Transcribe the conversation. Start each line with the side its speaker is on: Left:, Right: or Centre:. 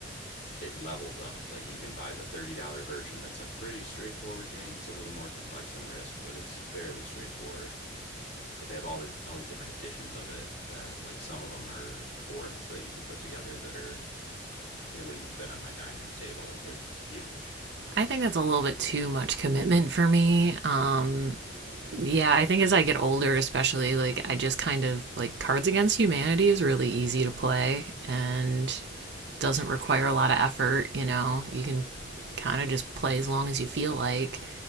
Left: it levels up. Like you can buy the $30 version that's a pretty straightforward game. It's a little more complex than Risk, but it's fairly straightforward. but they have all this all these different editions of it that like some of them are boards that you can put together that are they wouldn't even fit on my dining room table like they're huge
Right: I think that's a little bit too much commitment for me. Um, yeah, I think as I get older, especially, like, I just kind of like Cards Against Humanity is really easy to play and doesn't require a lot of effort. You know, you can kind of just play as long as you feel like.